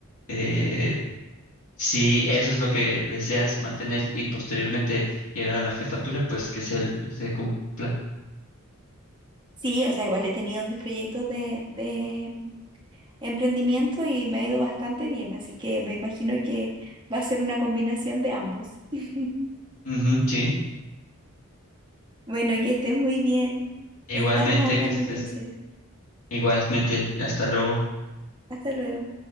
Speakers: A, on the left (about 80°); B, on the right (about 20°).
A: eh, si eso es lo que deseas mantener y posteriormente llegar a la jefatura, pues que se, se cumpla.
B: Sí, o sea, igual he tenido mis proyectos de, de emprendimiento y me ha ido bastante bien, así que me imagino que va a ser una combinación de ambos. <laughs>
A: Ujú, sí,
B: Bueno, que estés muy bien.
A: igualmente,
B: Estamos hablando
A: que estés
B: entonces.
A: igualmente. Hasta luego.
B: Hasta luego.